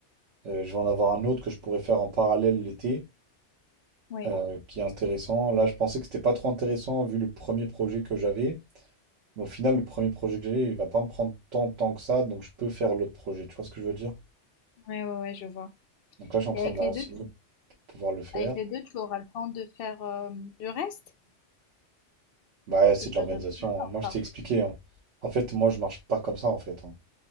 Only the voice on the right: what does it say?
Euh, je vais en avoir un autre que je pourrais faire en parallèle l'été,
euh, qui est intéressant. Là, je pensais que c'était pas trop intéressant vu le premier projet que j'avais. Mais au final, le premier projet que j'ai, il va pas me prendre tant de temps que ça, donc je peux faire l'autre projet. Tu vois ce que je veux dire?
Donc là, je suis en train
de me
renseigner
pour pouvoir le faire.
Bah,
c'est
de l'organisation.
hein. Moi, je t'ai expliqué. hein. En fait, moi, je marche pas comme ça, en fait. hein.